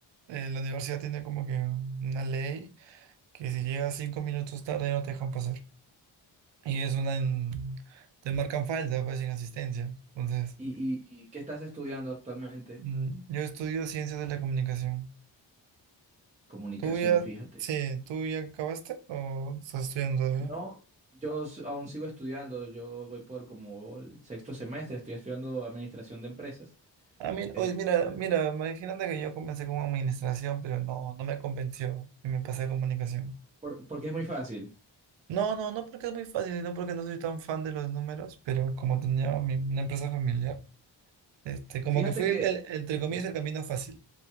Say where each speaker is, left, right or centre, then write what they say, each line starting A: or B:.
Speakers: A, on the right; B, on the right.
A: eh, la universidad tiene como que una ley que si llegas cinco minutos tarde no te dejan pasar. Y es una... en- te marcan falta, pues, sin asistencia. Entonces,
B: ¿Y, y, y qué estás estudiando actualmente?
A: mm, yo estudio ciencias de la comunicación.
B: Comunicación,
A: ¿Tú ya,
B: fíjate.
A: sí, tú ya acabaste o estás estudiando todavía?
B: No, yo s- aún sigo estudiando. Yo voy por como el sexto semestre. Estoy estudiando administración de empresas.
A: Ah, mira,
B: Eh,
A: oye, mira, mira, imagínate que yo comencé como administración, pero no, no me convenció y me pasé a comunicación.
B: por- porque es muy fácil.
A: No, no, no porque es muy fácil, sino porque no soy tan fan de los números, pero como tenía mi- una empresa familiar, este, como
B: Fíjate
A: que fue
B: que...
A: el, el- entre
B: Ok.
A: comillas, el camino fácil,